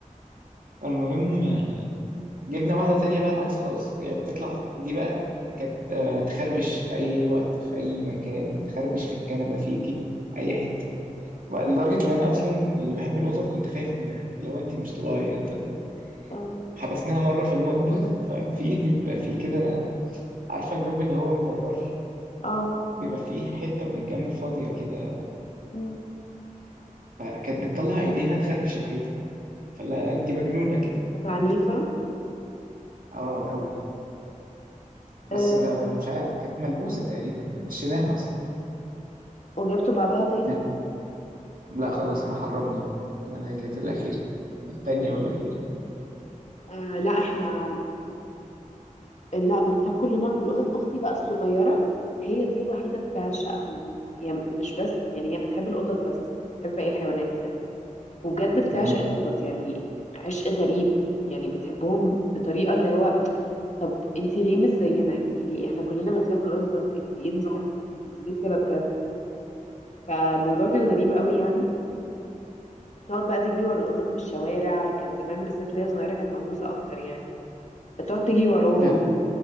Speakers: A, on the right (about 85°); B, on the left (about 55°).
A: فالمهم جبنا واحدة تانية بقى العكس خالص يعني بتطلع دي بقى كانت آه، تخربش في أي وقت في أي مكان تخربش في الكنبة فيكي أي حتة بقى لدرجة إن أنا أصلا اللي بحب القطط كنت خايف منها لو أنت مش طبيعية فاهم؟
B: اه
A: حبسناها مرة في المطبخ ففي بيبقى فيه كده عارفة الباب اللي هو الجرار
B: اه
A: بيبقى فيه حتة من الجنب فاضية كده
B: مم.
A: فكانت بتطلع إيديها تخربش الحيطة فلا أنت مجنونة كده
B: كانت عنيفة
A: اه آه، أوي بس
B: آه
A: مش عارف كانت ملبوسة تقريبا مشيناها أصلا
B: وجبته بعدها تاني
A: نعم. لا خلاص يا حرمنا بقى هذه كانت الأخيرة التانية والأخيرة
B: آه لا احنا لا بنخاف كلنا من القطط اختي بقى الصغيرة هي دي الوحيدة بتعشقهم هي مش بس يعني هي بتحب القطط بس مش بتحب باقي الحيوانات يعني وبجد بتعشق
A: اه
B: القطط يعني عشق غريب يعني بتحبهم بطريقة اللي هو طب انتي ليه مش زينا يعني ليه احنا كلنا بنخاف من القطط انتي ايه نظام انتي ليه كده بجد فالموضوع كان غريب قوي يعني تقعد بقى تجري ورا القطط في الشوارع كانت زمان بالذات وهي صغيرة كانت مهووسة أكتر يعني تقعد تجري وراهم
A: لا